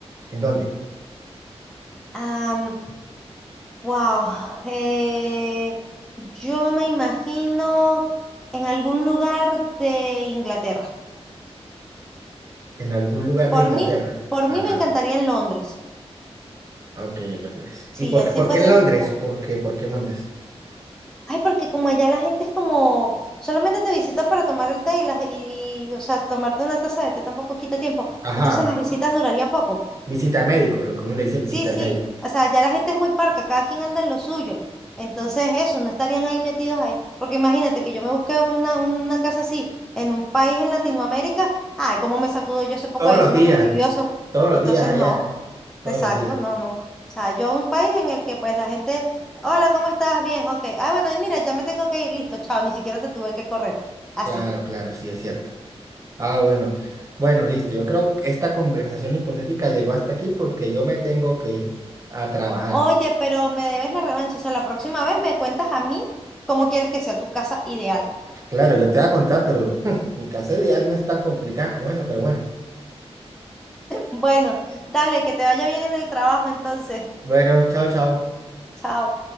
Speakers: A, on the right; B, in the centre.
A: ¿en dónde?
B: am, wow, eh, yo me imagino en algún lugar de Inglaterra.
A: En algún lugar de
B: Por
A: Inglaterra.
B: mí, por
A: Ajá.
B: mí me encantaría en Londres.
A: Ah, Ok, Londres.
B: Si
A: ¿Y por,
B: así
A: por
B: fuese
A: qué en Londres?
B: así como
A: ¿Por qué, por qué en Londres?
B: Ay, porque como allá la gente es como, solamente te visitan para tomar el té y, las, y o sea, tomarte una taza de té tampoco quita tiempo.
A: Ajá.
B: Entonces las visitas durarían poco.
A: Visita de médico, lo que uno le dice visita
B: Sí, sí.
A: de médico.
B: O sea, allá la gente es muy parca, cada quien anda en lo suyo. Entonces eso, no estarían ahí metidos ahí. Porque imagínate que yo me busqué una, una casa así en un país en Latinoamérica. Ay, cómo me sacudo yo ese poco
A: Todos
B: de vecinos
A: los días.
B: fastidiosos.
A: Todos los
B: Entonces
A: días allá.
B: no.
A: Todos
B: Exacto,
A: los días.
B: no, no. O sea, yo a un país en el que pues la gente, hola, ¿cómo estás? Bien, ok. Ah, bueno, y mira, ya me tengo que ir, listo, chao, ni siquiera te tuve que correr. Así.
A: Claro, claro, sí, es cierto. Ah, bueno. Bueno, listo. Yo creo que esta conversación hipotética llegó hasta aquí porque yo me tengo que ir a trabajar.
B: Oye, pero me debes la revancha, o sea, la próxima vez me cuentas a mí cómo quieres que sea tu casa ideal.
A: Claro, yo te voy a contar, pero <laughs> mi casa de día no es tan complicada como eso, pero bueno.
B: Bueno, dale, que te vaya bien en el trabajo entonces,
A: Bueno, chao, chao.
B: chao.